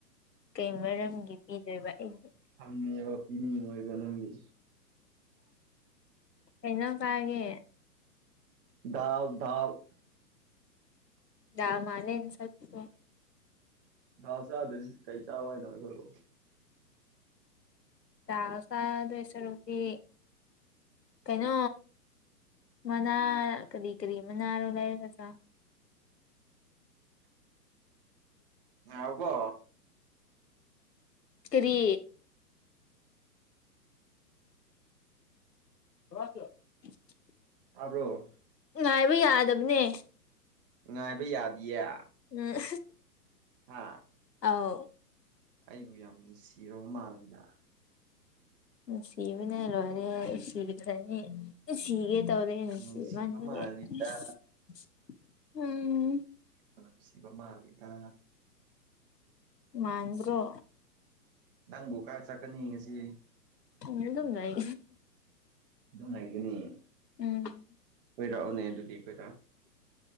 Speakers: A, on the left; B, on the right.
A: ꯀꯩ ꯃꯔꯝꯒꯤ꯫ ꯄꯤꯗꯣꯏꯕ ꯑꯩꯒꯤ
B: ꯊꯝꯉꯦꯕ ꯄꯅꯤꯡ ꯉꯣꯏꯕ ꯅꯪꯗꯤ
A: ꯀꯩ ꯏꯟꯖꯥꯡ ꯆꯔꯒꯦ
B: ꯗꯥꯜ ꯗꯥꯜ
A: ꯗꯥꯜ ꯃꯥꯜꯂꯦ ꯅꯥꯁꯛꯇ‌ꯣ
B: ꯥ ꯊꯥꯎ ꯆꯗꯗꯤ ꯀꯩ ꯆꯥꯎ ꯍꯥꯏꯅꯣ ꯑꯩꯈꯣꯏꯕꯨ
A: ꯗꯥꯜ ꯆꯥꯗꯣꯏ ꯁꯥꯔꯨꯛꯇꯤ ꯀꯩꯅꯣ ꯃꯅꯥ ꯀꯔꯤ ꯀꯔꯤ ꯃꯅꯥꯔꯣ ꯂꯩꯔꯒ ꯆꯥꯎ
B: ꯥꯉꯥꯏꯌꯣꯀꯣ꯫
A: ꯀꯔꯤ <unintelligible>
B: ꯇꯕ꯭ꯔꯣ
A: ꯉꯥꯏꯕ ꯌꯥꯗꯕꯅꯦ꯫
B: ꯉꯥꯏꯕ ꯌꯥꯗꯤꯌꯦ
A: ꯎꯝ
B: ꯍꯥ
A: ꯑꯧ
B: ꯑꯩꯕꯨ ꯌꯥꯝ ꯅꯨꯡꯁꯤꯔꯕ ꯃꯥꯜꯂꯤꯗ꯫
A: ꯅꯨꯡꯁꯤꯕꯅ ꯂꯣꯏꯔ‌ꯦ ꯅꯨꯡꯁꯤꯒꯅꯤ ꯁꯤꯒꯦ ꯇꯧꯔꯦ ꯉꯁꯤ
B: ꯌꯥꯝ ꯅꯨꯡꯁꯤꯕ
A: ꯏꯕꯥꯟꯅꯤꯗꯤ--ꯎꯝ꯫
B: ꯃꯥꯜꯂꯤꯗ ꯅꯨꯡꯁꯤꯕ ꯃꯥꯜꯂꯤꯗ
A: ꯃꯥꯟꯕꯔꯣ
B: ꯅꯪꯕꯨ ꯀꯥꯏ ꯆꯠꯀꯅꯤ ꯉꯁꯤ
A: ꯐꯃꯨꯡꯗ ꯑꯗꯨꯝ ꯂꯩ
B: ꯑꯗꯨꯝ ꯂꯩꯥꯒꯅꯤ
A: ꯎꯝ
B: ꯀꯣꯏꯔꯛꯑꯣꯅꯦ ꯑꯗꯨꯗꯤ ꯑꯩꯈꯣꯏꯗ